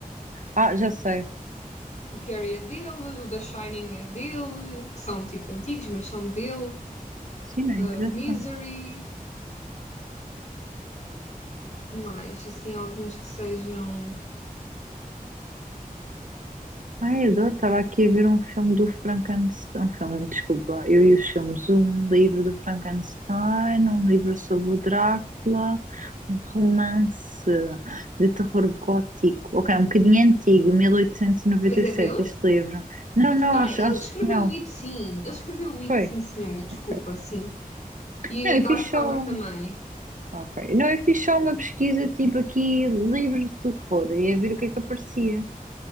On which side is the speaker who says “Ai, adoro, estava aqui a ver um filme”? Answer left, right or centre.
Right